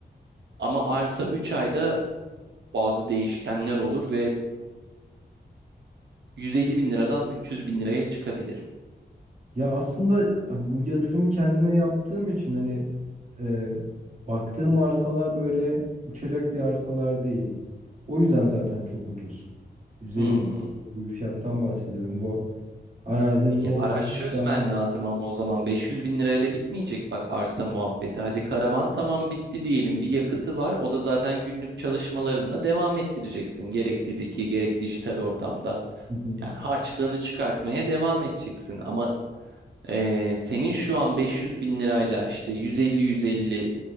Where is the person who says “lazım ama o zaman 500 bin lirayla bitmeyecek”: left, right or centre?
Right